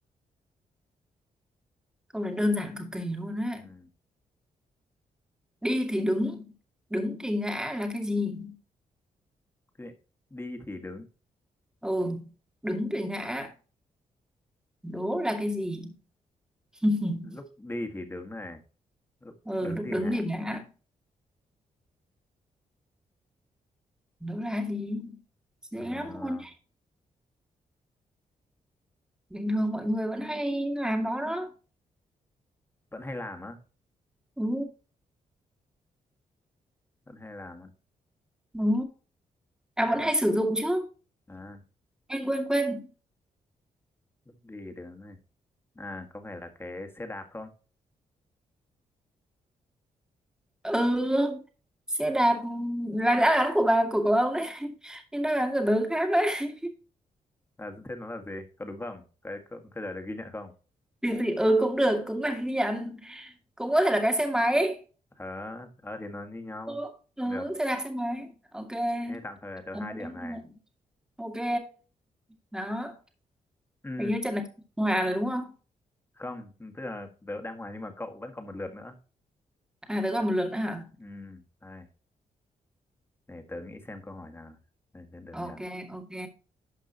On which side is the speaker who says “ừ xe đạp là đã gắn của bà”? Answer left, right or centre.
Centre